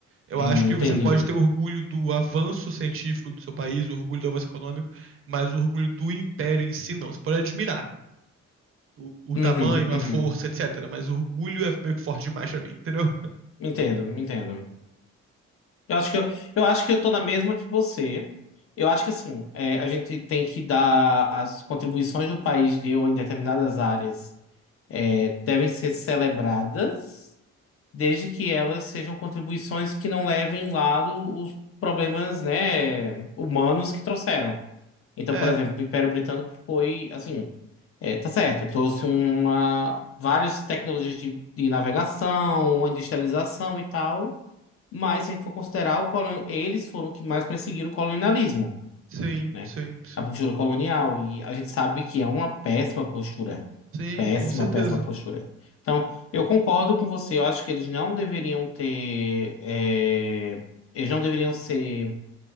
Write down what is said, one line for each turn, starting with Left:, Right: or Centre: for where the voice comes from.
Right: Eu
Left: Hum,
Right: acho que
Left: entendi.
Right: você pode ter orgulho do avanço científico do seu país, o orgulho do avanço econômico, mas o orgulho do império em si não. Você pode admirar. o, o
Left: Uhum,
Right: tamanho,
Left: uhum.
Right: a força, etc. Mas o orgulho é meio que forte demais pra mim, entendeu?
Left: Entendo, entendo. Eu acho que eu, eu acho que eu tô na mesma que você. Eu acho que assim, é, a gente tem que dar as contribuições do país deu em determinadas áreas é, devem ser celebradas desde que elas sejam contribuições que não levem em lado os problemas, né, humanos que trouxeram. Então,
Right: É,
Left: por exemplo, o Império Britânico foi assim, é, tá certo, trouxe uma várias tecnologias de, de navegação, industrialização e tal, mas se a gente for considerar, o colon- eles foram os que mais perseguiram o colonialismo,
Right: sim,
Left: né?
Right: sim, sim.
Left: A postura colonial, e a gente sabe que é uma péssima postura.
Right: Sim,
Left: Péssima,
Right: com certeza.
Left: péssima postura. Então, eu concordo com você. Eu acho que eles não deveriam ter. é, eles não deveriam ser.